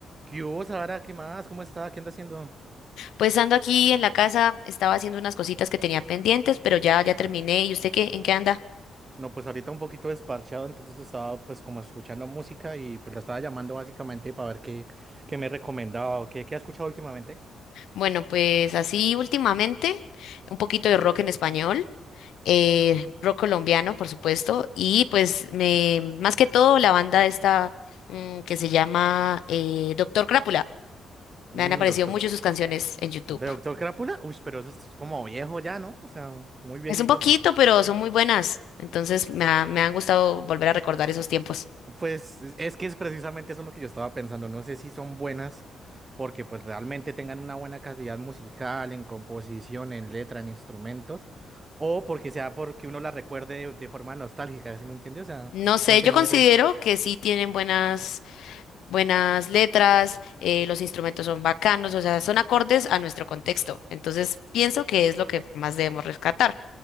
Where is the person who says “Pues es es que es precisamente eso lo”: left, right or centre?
Right